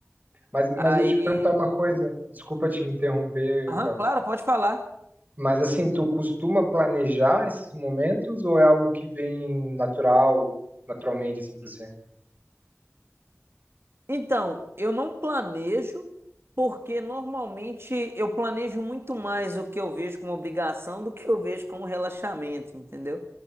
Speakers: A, on the right; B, on the right.
A: Mas, mas
B: Aí.
A: deixa eu te perguntar uma coisa, desculpa te interromper,
B: Aham,
A: Rafael.
B: claro, pode falar.
A: Mas assim, tu costuma planejar esses momentos ou é algo que vem natural, naturalmente, assim, pra você?
B: Então, eu não planejo, porque normalmente eu planejo muito mais o que eu vejo como obrigação do que eu vejo como relaxamento, entendeu?